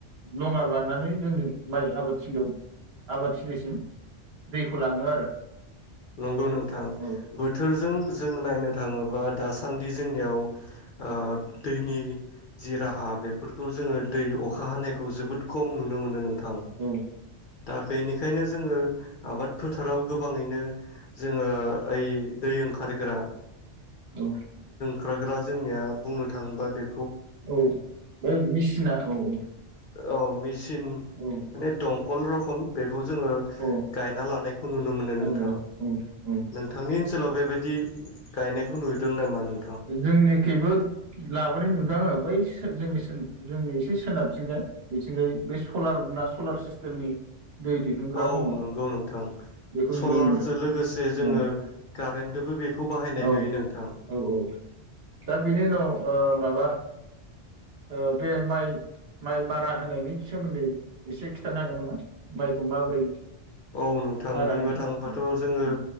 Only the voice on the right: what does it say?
लंङा बाननानै जोंनि माइ आबाद थिलियाव आबाद थिलिसिम दैखौ लांङो आरो।
औ
औ
औ।
औ बै मेसि <unintelligible> औ औ
औ
औ
औ औ
जोंनिखैबो लाबोनाय नुदों आंङो बै सो जोंनि सोन जोंनि एसे सोनाबथिंजाय बिथिंजाय बे सलारा सलार सिस्टेमनि दै दिहुनग्रा
दङ
बेखौ
नुनो मोनदों
औ
औ
औ औ दा बेनि उनाव माबा ओ बे माइ-माइ मारा होनायनि सोमोन्दै एसे खिथानो हागोन नामा माइखौ माबोरै?
मारा
होयो
औ